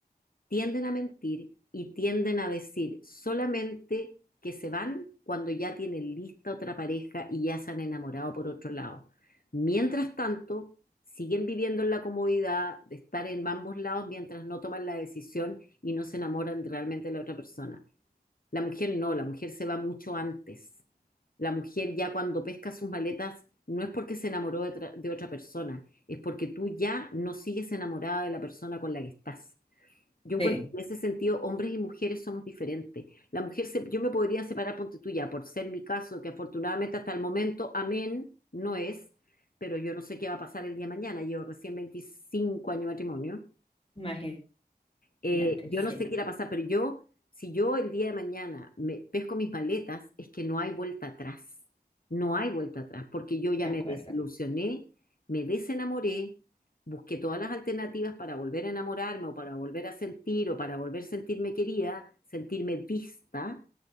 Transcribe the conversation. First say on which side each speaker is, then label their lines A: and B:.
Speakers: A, on the left; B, on the left.
A: tienden a mentir y tienden a decir solamente que se van cuando ya tienen lista otra pareja y ya se han enamorado por otro lado. Mientras tanto, siguen viviendo en la comodidad de estar en ambos lados mientras no toman la decisión y no se enamoran realmente de la otra persona. La mujer no, la mujer se va mucho antes. La mujer ya cuando pesca sus maletas no es porque se enamoró de, otra- de otra persona, es porque tú ya no sigues enamorada de la persona con la que estás. Yo
B: Sí,
A: encuentro que en ese sentido hombres y mujeres somos diferentes. La mujer, se- yo me podría separar, ponte tú ya, por ser mi caso, que afortunadamente hasta el momento, amén, no es, pero yo no sé qué va a pasar el día de mañana. Llevo recién 25 años de matrimonio.
B: imagínate.
A: Eh,
B: Imagínate,
A: yo
B: sí,
A: no sé qué irá a pasar, pero yo, si yo el día de mañana me pesco mis maletas, es que no hay vuelta atrás. No hay vuelta atrás, porque yo ya
B: de acuerdo.
A: me desilusioné, me desenamoré, busqué todas las alternativas para volver a enamorarme o para volver a sentir o para volver a sentirme querida, sentirme vista,